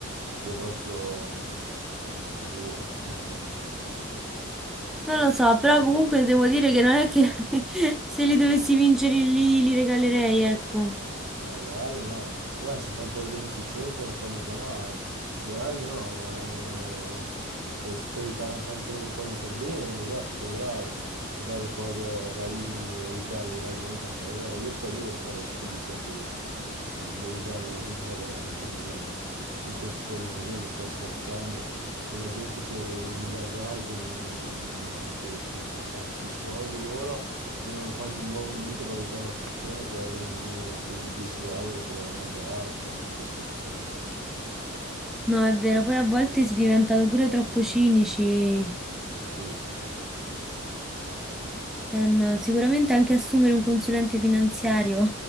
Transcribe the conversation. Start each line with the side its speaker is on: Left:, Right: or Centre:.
Right: Cioè proprio, boh, <laughs> non so.
Centre: Non lo so, però comunque devo dire che non è che <laughs> se li dovessi vincere li, li regalerei, ecco.
Right: A regalarli no, beh se fai un po' di beneficenza non fa mica male, regalarli no, ma eh, se si può aiutare a fare anche delle cose per bene, esatto, brava, ti fai le cose, vai a aiutare della gente povera, io quello lo farei subito invece, di, di aiutare della gente che ha veramente bisogno con tanti soldi così, ma stai scherzando? Con la gente che i miliardari che, non, che, che, che hanno tutti i soldi loro e non fanno un muovono un dito per aiutare una persona che avrebbe bisogno anche di 10 euro per mangiare, cioè, ma stai scherzando? Guarda.
Centre: No, è vero, poi a volte si è diventato pure troppo cinici.
Right: Sì, sì, sì.
Centre: Eh no, sicuramente anche assumere un consulente finanziario.